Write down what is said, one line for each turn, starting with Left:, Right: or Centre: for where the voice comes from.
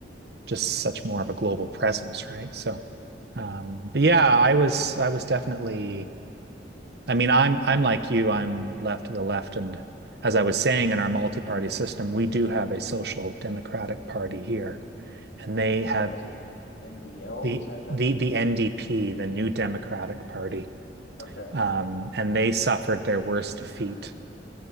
Right: just such more of a global presence, right? So, um, but yeah, I was, I was definitely, I mean, I'm, I'm like you, I'm left to the left. And as I was saying, in our multi-party system, we do have a social democratic party here, and they have
Left: Right. Was it the NDL?
Right: the,
Left: Was that that
Right: the, the NDP, the New Democratic Party
Left: okay.
Right: Um, and they suffered their worst defeat